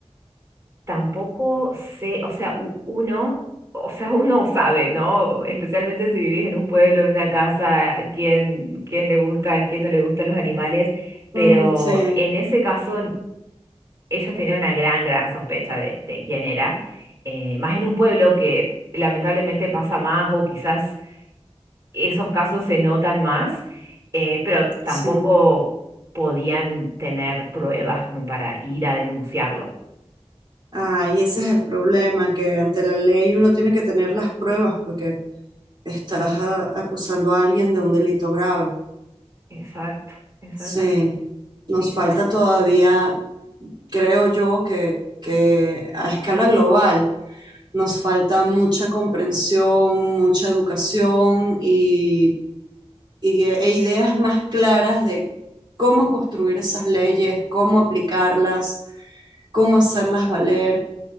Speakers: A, on the right; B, on the right.
A: tampoco sé, o sea, u- uno, o sea, <laughs> uno sabe, ¿no? Especialmente si vivís en un pueblo, en una casa, quién, quién le gustan, quién no le gustan los animales, pero
B: Mm, sí,
A: en ese caso ellos tenían una gran, gran sospecha de, de quién era, eh, más en un pueblo que lamentablemente pasa más o quizás esos casos se notan más, eh, pero tampoco
B: sí.
A: podían tener pruebas como para ir a denunciarlo.
B: Ah, y ese es el problema, que ante la ley uno tiene que tener las pruebas porque estás ah, acusando a alguien de un delito grave.
A: Exacto, exactamente,
B: Sí, nos
A: sí, sí.
B: falta todavía, creo yo, que, que a escala global nos falta mucha comprensión, mucha educación y, y- e ideas más claras de cómo construir esas leyes, cómo aplicarlas, cómo hacerlas valer.